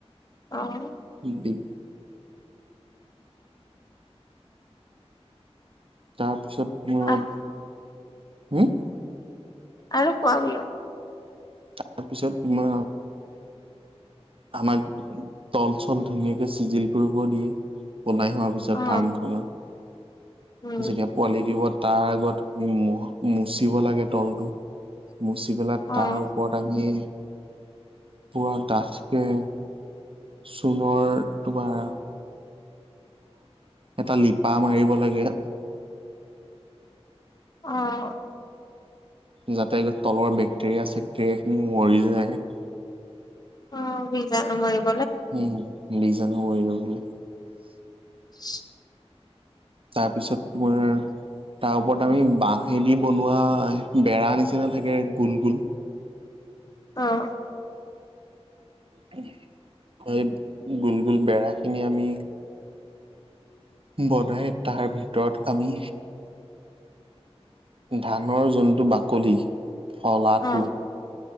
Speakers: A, on the left (about 40°); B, on the right (about 55°).
A: অঁ।
B: ি <inaudible> তাৰ পিছত মোৰ,
A: আহ
B: হম'?
A: আৰু কোৱা বোলো।
B: তাৰ পিছত তোমাৰ আমাক তল- চল ধুনীয়াকে চিজিল কৰিব দিয়ে। লাই হোৱাৰ পিছত
A: অ
B: ফাৰ্মখননৰ
A: উম
B: যেতিয়া পোৱালি দিবত <inaudible> তাৰ আগত আমি মুচিব লাগে। তলটো মুচি পেলাই
A: অ
B: তাৰ ওপৰত আমি। - পুৰা দাঠ কে চোনৰ তোমাৰ এটা লিপা মাৰিব লাগে।
A: অঁ।
B: যাতে তলৰ বেক্টেৰিয়া-চেক্টেৰিয়া খিনি মৰি যায়।
A: অ' বীজাণু মাৰিব।
B: উম, বিজাণু মৰি যাব বোলে।
A: <inaudible>
B: তাৰপিছত মোৰ তাৰ ওপৰত আমি বাঁহেদি বনোৱা বেৰা নিচিনা থাকে, গোল গোল
A: অহ
B: <inaudible> সেই, গোল গোল বেৰা খিনি আমি বনাই তাৰ ভিতৰত আমি ধানৰ যোনটো বাকলি, ফলাটো
A: অ